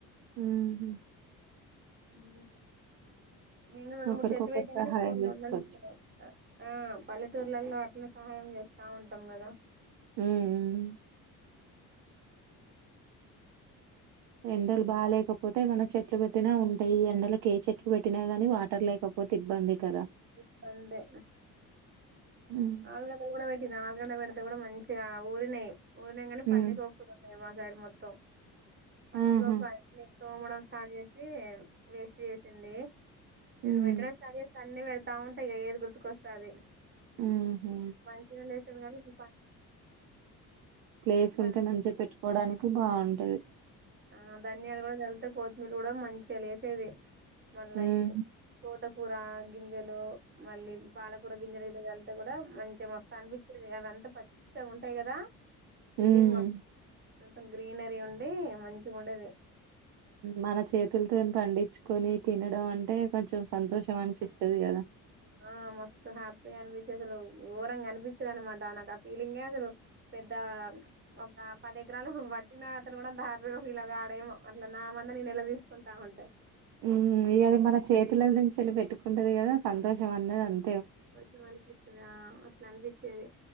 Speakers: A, on the right; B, on the right.
A: హుహు.
B: మ్ నేను రెండు,
A: ఒకరికొకరు
B: మూడు చెట్లు పెట్టిన
A: సహాయం
B: కానీ కోళ్లు
A: జేసుకోవచ్చు.
B: ఉండనిస్తాలేవు ఆ పల్లెటూర్లలో అట్లా సహాయం చేస్తే ఉంటాం కదా
A: హ్మ్. హ్మ్. ఎండలు బా లేకపోతే ఏమన చెట్లు పెట్టినా ఉంటాయి, ఎండలకుకి ఏ చెట్లు పెట్టినా గానీ వాటర్ లేక. పోత్ ఇబ్బంది కదా.
B: ఇబ్బందే
A: హ్మ్
B: ఆలుగడ్డలు కూడా పెట్టినా ఆలుగడ్డ పెడ్ పెట్టినా కూడా మంచిగా ఊరినయి, ఊరిన కానీ
A: హ్మ్.
B: పందికోక్కులు ఉన్నాయి మా సైడ్ మొత్తం. పందికొక్కు
A: ఆహా
B: అన్ని తొమడం స్టార్ట్ చేసి వేస్ట్ చేసింది నేను
A: హ్మ్
B: పెట్టడం స్టార్ట్ చేస్తే అన్ని పెడతా ఉంటా ఇంగ ఏది గుర్తుకొస్తే అది
A: ఊహూ
B: మంచిగా లేసేది కానీ ఈ
A: ప్లేస్
B: పందికొక్కు
A: ఉంటే మంచిగా పెట్టుకోవడానికి బావుంటది.
B: ఆ ధనియాల్ కూడా చాల్ తవ్ కొత్తిమీర కూడా మంచిగా లేసేది మళ్ళ
A: హ్మ్
B: ఇ తోటకూర గింజలు మళ్ళీ పాలకూర గింజలు ఇట చల్తే కూడా మంచిగా మస్త అనిపించ అదంతా పచ్చగా ఉంటాయి కదా ఫీలింగ్
A: హ్మ్
B: మస్ మొత్తం గ్రీనరీ ఉండి మంచిగా ఉండేది
A: మన చేతులతో పండించుకొని తినడం అంటే కొంచెం సంతోషం అనిపిస్తది కదా
B: ఆ మస్తు హ్యాపీ అనిపి అసలు ఘోరంగా కనిపించేది అనమాట నాకు ఆ ఫీలింగే అసలు పెద్ద ఒక పది ఎకరాలు వట్టిన అతను కూడా అంతా హ్యాపీ గా ఫీల్ కాడెమో, అట్లా నా మంద నేను నిల తీసుకుంటా ఉంటే.
A: ఉమ్
B: అంత
A: ఇయల
B: సంతోషంగా
A: మన చేతుల
B: అనిపించింది
A: గుంచి వెళ్ళి పెట్టుకుంటది కదా సంతోషం అన్నది అన్
B: కోషెం అనిపిత్తదా అట్లనిపిచ్చేది